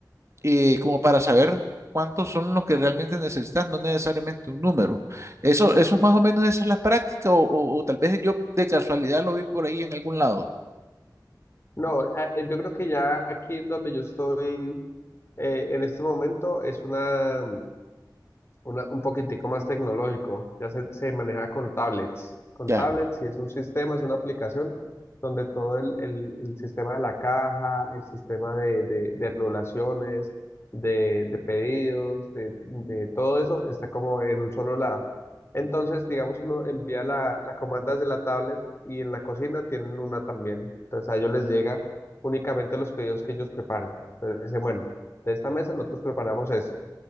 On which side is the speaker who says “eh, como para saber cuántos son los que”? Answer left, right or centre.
Right